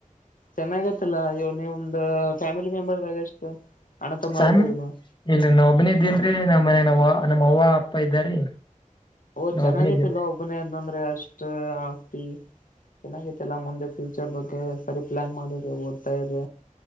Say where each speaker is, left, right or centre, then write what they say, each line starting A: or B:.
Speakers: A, on the left; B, on the left.
A: ಚೆನ್ನಾಗತ್ತಲ್ಲಾ ಇವು ನಿಮ್ದ್ ಫ್ಯಾಮಿಲಿ ಮೆಂಬರ್ ದಾಗ ಎಷ್ಟು. ಅಣ್ಣ ತಮ್ಮರು
B: ಸಾಮಿ
A: ಇದ್ದೀರಿ ನೀವು
B: ಇಲ್ರಿ ನಾ ಒಬ್ನೇ ಇದ್ದೇನ್ರಿ ನಮ್ಮ್ ಮನ್ಯಾಗ ನಾವ್ ನಮ್ಮ್ ಅವ್ವ ಅಪ್ಪ ಇದ್ದಾರಿ.
A: ಓ
B: ನಾವ್
A: ಚೆನ್ನಾಗೈತಲ್ಲೊ
B: ಒಬ್ಬನೇ ಇದೇನ್ರಿ
A: ಒಬ್ಬನೇ ಇದ್ದಂದ್ರೆ ಅಷ್ಟ ಆಸ್ತಿ. ಚೆನ್ನಾಗೈತಲ್ಲ ಮುಂದೆ ಫ್ಯೂಚರ್ ಬಗ್ಗೆ ಸರಿ ಪ್ಲಾನ್ ಮಾಡಿದ್ರ ಓದ್ತಾ ಇರ್